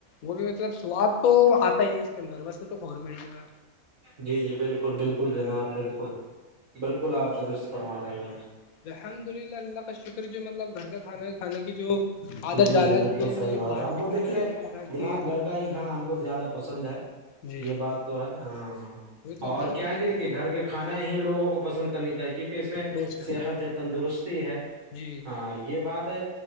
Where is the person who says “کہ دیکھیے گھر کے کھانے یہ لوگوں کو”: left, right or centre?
Right